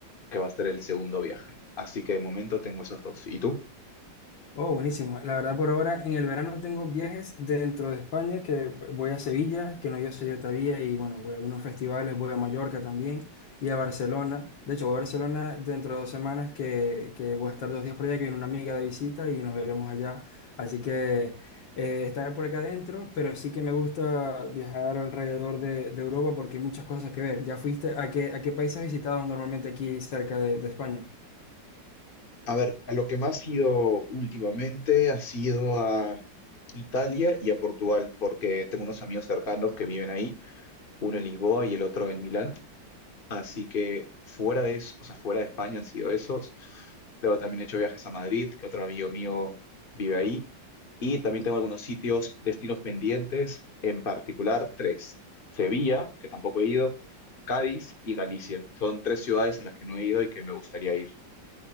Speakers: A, on the left; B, on the left.
A: que va a ser el segundo viaje. Así que de momento tengo esos dos. ¿Y tú?
B: Oh, buenísimo. La verdad por ahora en el verano tengo viajes dentro de España que voy a Sevilla, que no yo sé yo todavía, y bueno, voy a algunos festivales, voy a Mallorca también y a Barcelona. De hecho, voy a Barcelona dentro de dos semanas que, que voy a estar dos días por allá, que viene una amiga de visita y nos veremos allá. Así que eh, estaré por acá adentro, pero sí que me gusta viajar alrededor de, de Europa porque hay muchas cosas que ver. ¿Ya fuiste a qué, a qué país has visitado normalmente aquí cerca de de España?
A: A ver, a lo que más he ido últimamente ha sido a Italia y a Portugal, porque tengo unos amigos cercanos que viven ahí, uno en Lisboa y el otro en Milán. Así que fuera de eso, o sea, fuera de España han sido esos. Luego también he hecho viajes a Madrid, que otro amigo mío vive ahí. Y también tengo algunos sitios, destinos pendientes, en particular tres. Sevilla, que tampoco he ido, Cádiz y Galicia. Son tres ciudades a las que no he ido y que me gustaría ir.